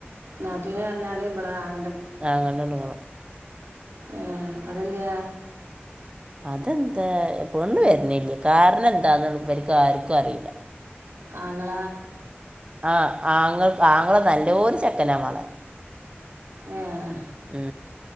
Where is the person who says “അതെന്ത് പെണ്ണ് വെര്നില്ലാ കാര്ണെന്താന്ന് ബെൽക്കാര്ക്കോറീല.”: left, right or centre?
Right